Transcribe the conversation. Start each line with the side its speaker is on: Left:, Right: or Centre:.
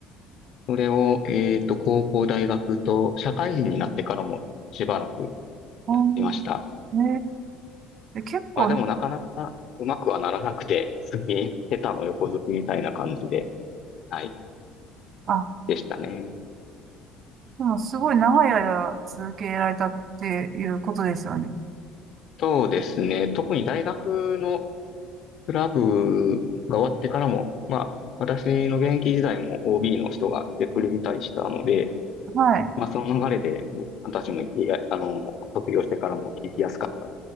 Left: それを、えっと、高校、大学と、社会人になってからもしばらく
Right: うん、
Left: やってました。
Right: へえ、え結構、
Left: まあ、でもなかなかうまくはならなくて、好き、下手の横好きみたいな感じで、はい、
Right: あ、
Left: でしたね。
Right: でもすごい長い間続けられたっていうことですよね。
Left: そうですね。特に大学のクラブが終わってからも、まあ、私の現役時代も OB の人が来てくれたりしたので、
Right: はい。
Left: まあ、その流れで僕たちも行きや、あの、卒業してからも行きやすかったっ